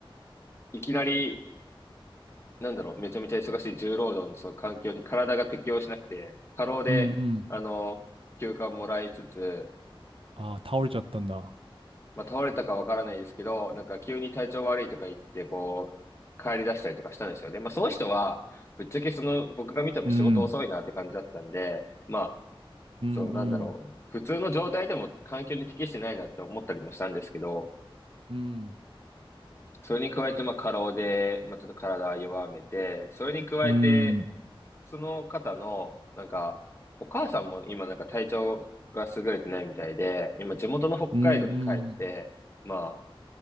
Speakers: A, on the left; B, on the right.
A: いきなり、なんだろう、めちゃめちゃ忙しい重労働のその環境に体が適応しなくて、過労で、
B: うん、うん。
A: あの、休暇をもらいつつ、
B: ああ、倒れちゃったんだ。
A: まあ、倒れたかわからないですけど、なんか急に体調悪いとか言って、こう、帰り出したりとかしたんですよね。まあ、その人は、ぶっちゃけその、僕が見ても仕事遅いなって感じだったんで、
B: うん、
A: まあ、
B: うん、う
A: そう、なんだろう。
B: ん、
A: 普通の状態でも環境に適してないなって思ったりもしたんですけど、
B: うん、
A: それに加えて、まあ、過労で、まあ、ちょっと体弱めて、それに加えて、
B: うん、
A: その方の、なんか、お母さんも今なんか体調が優れてないみたいで、今地元の北海道に帰って、
B: うん、うん。
A: まあ、